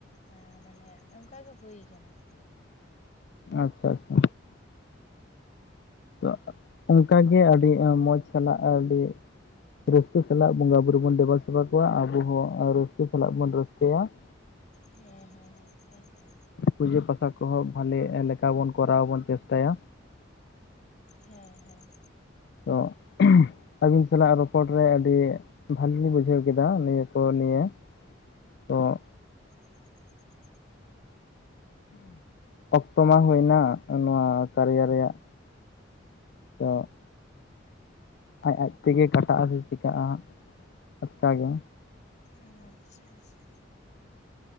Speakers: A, on the left; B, on the left.
A: ᱦᱸ ᱱᱮ ᱚᱱᱠᱟ ᱜᱮ ᱦᱩᱭ ᱟᱠᱟᱱᱟ᱾
B: ᱟᱪᱪᱷᱟ ᱟᱪᱪᱷᱟ᱾ ᱛ ᱚᱱᱠᱟᱜᱮ ᱟᱹᱰᱤ ᱟ ᱢᱚᱡᱽ ᱥᱟᱞᱟᱜ ᱟᱹᱰᱤ ᱨᱟᱹᱥᱠᱟᱹ ᱥᱟᱞᱟᱜ ᱵᱚᱸᱜᱟ ᱵᱩᱨᱩ ᱵᱚᱱ ᱫᱮᱵᱟ ᱥᱮᱵᱟ ᱠᱚᱣᱟ ᱟᱵᱚ ᱦᱚᱸ ᱨᱟᱹᱥᱠᱟᱹ ᱥᱟᱞᱟᱜ ᱵᱚᱱ ᱨᱟᱹᱥᱠᱟᱹᱭᱟ᱾ <inaudible>
A: ᱦᱮᱸ ᱦᱮᱸ ᱦᱮᱸ ᱛᱚ᱾
B: ᱯᱩᱡᱟᱹ ᱯᱟᱛᱟ ᱠᱚᱦᱚᱸ ᱵᱷᱟᱞᱮ ᱞᱮᱠᱟ ᱵᱚᱱ ᱠᱚᱨᱟᱣ ᱵᱚᱱ ᱪᱮᱥᱴᱟᱭᱟ᱾
A: ᱦᱮᱸ ᱦᱮᱸ᱾
B: ᱛᱚ <inaudible> ᱟᱹᱵᱤᱱ ᱥᱟᱞᱟᱜ ᱨᱚᱯᱚᱲ ᱨᱮ ᱟᱹᱰᱤ ᱵᱷᱟᱹᱞᱤ ᱞᱤᱧ ᱵᱩᱡᱷᱟᱹᱣ ᱠᱮᱫᱟ ᱱᱤᱭᱟᱹ ᱠᱚ ᱱᱤᱭᱟᱹ ᱛᱚ
A: <inaudible>
B: ᱚᱠᱛᱚ ᱢᱟ ᱦᱩᱭᱱᱟ ᱱᱚᱣᱟ ᱠᱟᱨᱤᱭᱟ ᱨᱮᱭᱟᱜ᱾ ᱛᱚ ᱟᱡ ᱟᱡ ᱛᱮᱜᱮ ᱠᱟᱴᱟ ᱟᱥᱮ ᱪᱤᱠᱟᱹᱜᱼᱟ ᱟᱪᱠᱟᱜᱮ᱾
A: ᱟᱪᱪᱷᱟ ᱟᱪᱪᱷᱟ᱾